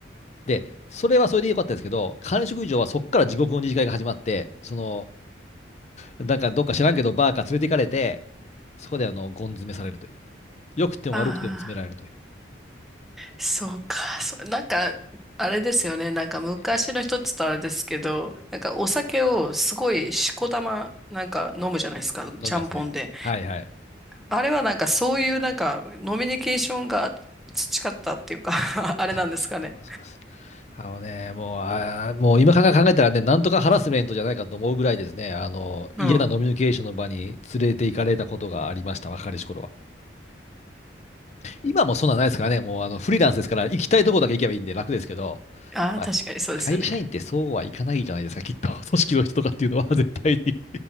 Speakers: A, on the left (about 35°); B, in the centre.
A: で、それはそれでよかったですけど、管理職以上はそこから地獄の二次会が始まって、その、なんかどっか知らんけど、バーか連れて行かれて、そこであの、ゴン詰めされるという。良くても悪くても詰められるという。
B: ああ、そうか。そなんか、あれですよね。なんか昔の人っつったらあれですけど、
A: 伸び
B: なんかお酒をすごいしこたま、なんか飲むじゃないですか。
A: 飲みますね。
B: ちゃんぽんで。
A: はいはい。
B: あれはなんかそういうなんか、ノミニケーションが培ったっていうか <laughs> あれなんですかね。
A: 多分そうだと思います。あのね、もう、あー、もう今から考えたらね、なんとかハラスメントじゃないかと思うぐらいですね、あの、嫌なノミニケーションの場に連れて行かれたことがありました、
B: うん。
A: 若かりし頃は。今もそんなんないですからね、もうあの、フリーランスですから、行きたいとこだけ行けばいいんで楽ですけど、
B: ああ、
A: まあ、
B: 確かにそうですよね。
A: 会社員ってそうはいかないじゃないですか、きっと。<laughs> 組織の人とかっていうのは絶対に。